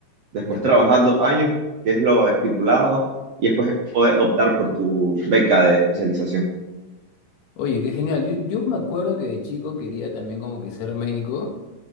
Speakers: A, on the right; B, on the left.
A: después
B: Ya.
A: trabajas dos años, que es lo estipulado, y después puedes optar por tu beca de especialización.
B: Oye, qué genial. Yo, yo me acuerdo que de chico quería también como que ser médico.